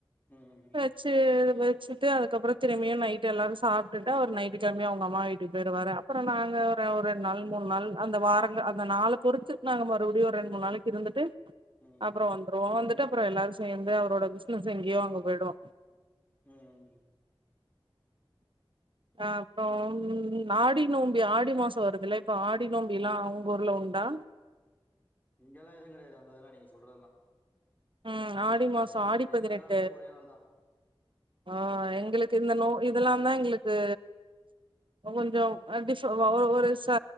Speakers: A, on the left; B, on the right.
A: ம் ம்
B: அ சே டு வச்சுட்டு அதுக்கப்பறோ திரும்பியு நைட் எல்லாரு சாப்டுட்டு அவர் நைட் கம்மா அவங்க அம்மா வீட்டுக்கு போயிருவாரு அப்பறம் நாங்க ரெண்டு நாள் மூணு நாள் அந்த வாரங்க அந்த நாலு பொறுத்து நாங்க மறுபடியு ஒரு ரெண்டு மூணு நாளைக்கு இருந்துட்டு
A: ம் ம்
B: அப்றோ வந்துரு வந்துட்டு அப்பறோ எல்லாரு சேந்து அவரோட பிசினஸ் எங்கேயோ அங்க போயிடுவோ
A: ம்
B: ஆ அப்றோ ம் ஆடி நோம்பி ஆடி மாசோ வருதுல இப்போ ஆடி நோம்பி எல்லா உங்க ஊர்ல உண்டா
A: இங்கெல்லா எது கெடையாது அந்தெல்லா நீங்க சொல்றதெல்லா
B: ம் ஆடி
A: இங்க
B: மாசோ
A: எல்லா
B: ஆடி
A: இங்க
B: பதினெட்டு
A: எல்லா நாளுமே ஒரே நாள் தா
B: ஆ எங்களுக்கு இந்த நோ இதெல்லா தா எங்களுக்கு கொஞ்சோ அ டிஃப வ ஒரு ச